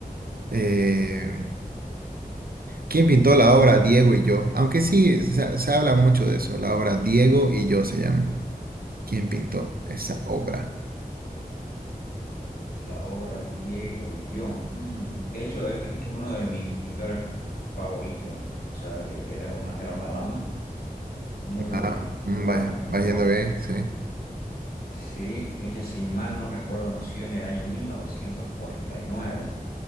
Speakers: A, on the right; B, on the left.
A: eh, ¿quién pintó la obra Diego y yo? Aunque sí, se, se habla mucho de eso. La obra Diego y yo se llama. ¿Quién pintó esa obra?
B: La obra Diego y yo. Mm, De hecho, es, es- es uno de mis pintores favoritos. O sea, e- era una, era una dama. Muy buena,
A: Ah,
B: muy
A: mm,
B: buena,
A: va,
B: muy
A: va yendo
B: buena.
A: bien, sí.
B: Sí, ella, si mal no recuerdo, nació en el año 1949.